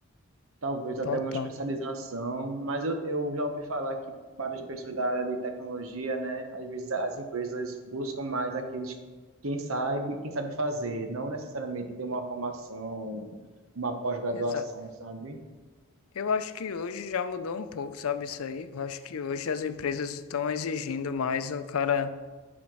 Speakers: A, on the right (about 70°); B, on the left (about 80°).
A: talvez até
B: total.
A: uma especialização, mas eu, eu já ouvi falar que para as pessoas da área de tecnologia, né, às vezes as empresas buscam mais aqueles quem sabe, quem sabe fazer, não necessariamente ter uma formação, uma pós-graduação,
B: Exato.
A: sabe?
B: Eu acho que hoje já mudou um pouco, sabe isso aí? Eu acho que hoje as empresas estão exigindo mais o cara